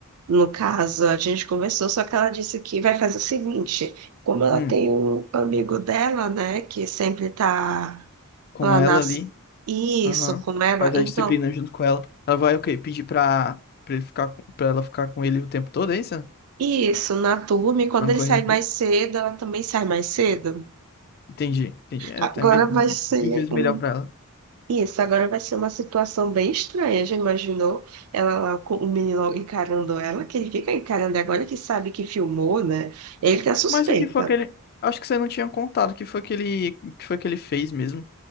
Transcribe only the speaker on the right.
No caso, a gente conversou, só que ela disse que vai fazer o seguinte, como ela
tem um amigo dela, né, que sempre tá
lá
nas...
Isso,
com ela,
então,
isso, na turma, e quando
ele
sai
mais cedo, ela também sai mais cedo.
Agora
vai
ser
um...
Isso, agora vai ser uma situação bem estranha, já imaginou? Ela lá com o menino encarando ela, que ele fica encarando agora que sabe que filmou, né? Ele tá suspeito.